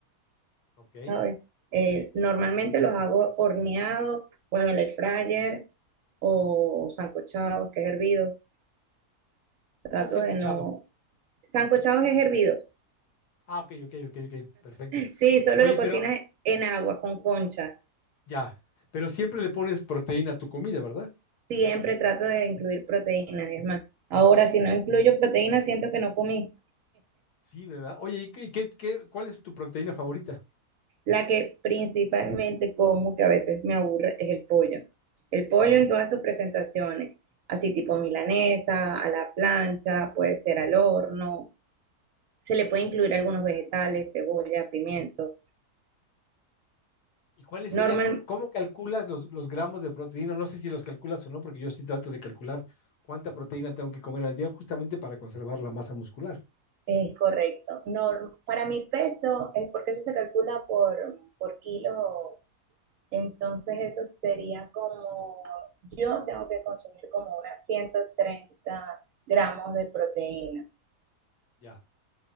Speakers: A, on the left; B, on the right.
A: Ok.
B: ¿sabes? Eh, normalmente los hago horneados o en el air fryer o sancochados, que es hervidos. Trato
A: ¿Cómo se han
B: de
A: escuchado?
B: no... Sancochados es hervidos.
A: Ah, ok, ok, ok, ok, perfecto.
B: Sí, solo
A: Oye,
B: lo cocinas
A: pero
B: en agua con concha.
A: Ya, pero siempre le pones proteína a tu comida, ¿verdad?
B: siempre trato de incluir proteínas. Es más, ahora si no incluyo proteínas, siento que no comí.
A: Sí, ¿verdad? Oye, ¿y qué, qué, qué- cuál es tu proteína favorita?
B: La que principalmente como, que a veces me aburre, es el pollo. El pollo
A: Ajá.
B: en todas sus presentaciones, así tipo milanesa, a la plancha, puede ser al horno. Se le puede incluir algunos vegetales, cebolla, pimiento.
A: ¿Y cuáles serían,
B: Normal,
A: co- cómo calculas los, los gramos de proteína? No sé si los calculas o no, porque yo sí trato de calcular cuánta proteína tengo que comer al día justamente para conservar la masa muscular.
B: es correcto. Norm- para mi peso, es porque eso se calcula por, por kilo Entonces eso sería como, yo tengo que consumir como unas 130 gramos de proteína.
A: Ya,